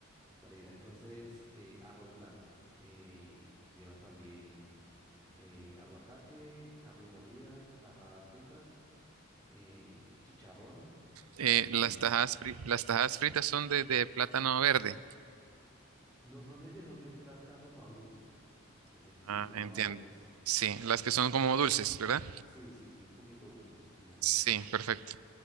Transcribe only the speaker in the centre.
dale, mira. Entonces, eh, arroz blanco. eh, lleva también eh, aguacate, carne molida, tajadas fritas, eh, chicharrón.
mm,
Normalmente son de plátano maduro. Sí, sí, sí,
son
mauritas.
Y
Sí, sí, sí, un poquito dulces, fíjate.